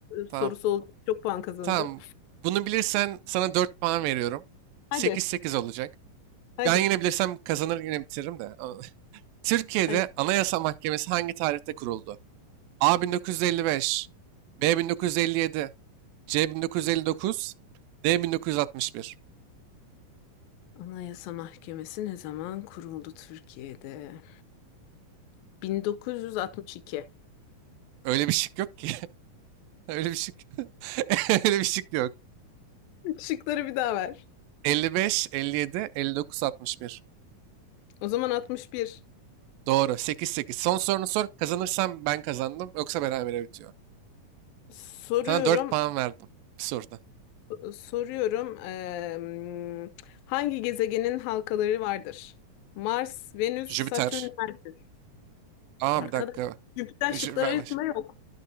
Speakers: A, on the right; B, on the left.
A: tamam,
B: e, sorusu oldu. Çok puan kazanacağım.
A: tamam. Bunu bilirsen sana 4 puan veriyorum.
B: Hadi
A: 8-8 olacak.
B: hadi.
A: Ben yine bilirsem kazanır yine bitiririm de. <laughs> Türkiye'de
B: Hadi.
A: Anayasa Mahkemesi hangi tarihte kuruldu? A 1955, B 1957, C 1959, D 1961.
B: Anayasa Mahkemesi ne zaman kuruldu Türkiye'de? 1962.
A: Öyle bir şık yok ki. <laughs> Öyle bir şık. <laughs> Öyle bir şık yok.
B: Şıkları bir daha ver.
A: 55, 57, 59, 61.
B: O zaman 61.
A: Doğru. 8, 8. Son sorunu sor. Kazanırsam ben kazandım. Yoksa berabere bitiyor.
B: Soruyorum.
A: Sana 4 puan verdim. Bir soruda.
B: Ee, Soruyorum, eee, hangi gezegenin halkaları vardır? Mars, Venüs,
A: Jüpiter.
B: Satürn, Merkür.
A: Aa
B: Arkadaş,
A: bir dakika.
B: Jüpiter
A: Jü-
B: şıklar
A: ver-
B: arasında
A: ver.
B: yok.